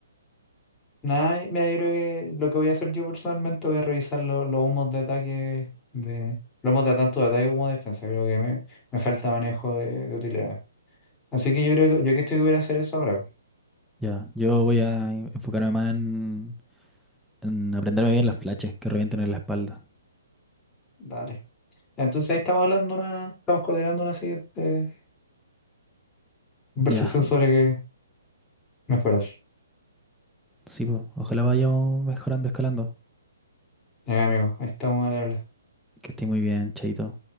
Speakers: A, on the left; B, in the centre.
A: nada, mira, yo creo que lo que voy a hacer yo personalmente voy a revisar lo- los humos de ataque, de, los humos de tanto de ataque como de defensa. Creo que me, me falta manejo de, de utilidad. Así que yo creo que yo creo que estoy que voy a a hacer eso ahora.
B: Ya, yo voy a en- enfocarme más en, en aprenderme bien las flashes que revienten en la espalda.
A: Dale. Ya, Entonces ahí estamos hablando una, estamos coordinando una siguiente conversación
B: Ya,
A: sobre que mejorar.
B: sí, pues, ojalá vayamos mejorando, escalando.
A: Ya, amigo, ahí estamos a hablar.
B: Que esté muy bien, chaito.